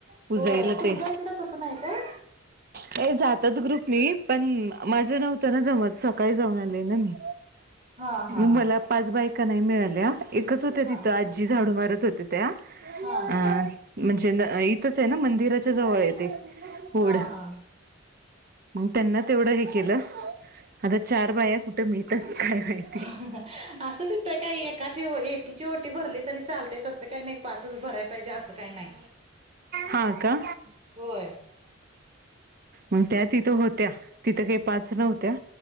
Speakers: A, on the right; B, on the right.
A: पुजायला
B: होय तुमच्या
A: ते.
B: इकडं तसं नाही काय?
A: काही जातात ग्रुपनी. पण माझं नव्हतं ना जमत. सकाळी जाऊन आले ना मी.
B: हा हा
A: मग मला पाच बायका नाही मिळाल्या. एकच होत्या
B: हा
A: तिथं. आ जी झाडू मारत होते त्या.
B: हा
A: अ म्हणजे इथंचे ना. मंदिराच्या जवळे ते वड.
B: हा हा
A: मग त्यांना तेवढं हे केलं. आता चार बाया कुठं मिळतात काय माहित?
B: <unintelligible> असं तीथ काही, एकाची एकीची ओटी भरली तरी चालतेय. तसं काही नाही पाच भराय पाहिजे असं काही नाही.
A: हा का?
B: होय.
A: मग त्या तिथं होत्या. तिथं काही पाच नव्हत्या.